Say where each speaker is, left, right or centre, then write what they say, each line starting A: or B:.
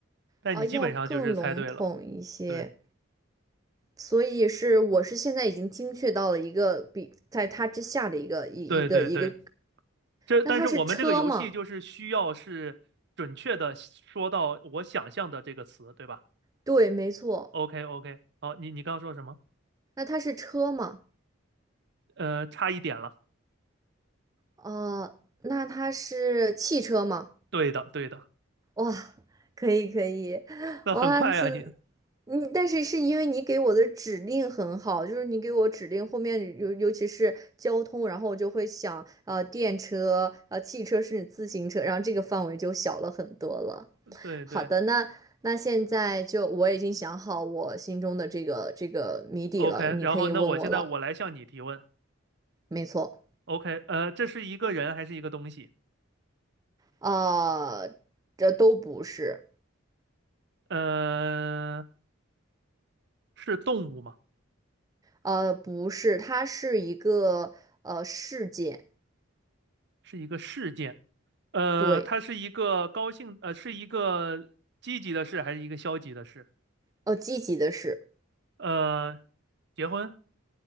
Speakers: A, on the right; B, on the right.
A: 但你基本上就是猜对了。
B: 啊，要更笼统一些。
A: 对
B: 所以是，我是现在已经精确到了一个比在它之下的一个一一个一个。
A: 对对对。这但是我们这个游戏就是需要是准确的说到我想象的这个词，
B: 那它是车吗？
A: 对吧
B: 对，没错。
A: ？OK OK，好，你你刚刚说什么？
B: 那它是车吗？
A: 呃，差一点了。
B: 哦，那它是汽车吗？
A: 对的对的，
B: 哇，可以可以，
A: 那很快啊你
B: 哇，这你但是是因为你给我的指令很好，就是你给我指令后面尤尤其是交通，然后我就会想，呃，电车、呃，汽车是至自行车，然后这个范围就小了很多了。
A: 对对
B: 好的，那那现在就我已经想好我心中的这个这个谜底了，
A: OK。
B: 你可以问我了。
A: 然后那我现在我来向你提问。
B: 没错，
A: OK，呃，这是一个人还是一个东西？
B: 呃，这都不是。
A: 呃，是动物吗？
B: 呃，不是，它是一个呃事件，
A: 是一个事件？呃，
B: 对，
A: 它是一个高兴，呃，是一个积极的事还是一个消极的事？
B: 呃，积极的事，
A: 呃，结婚、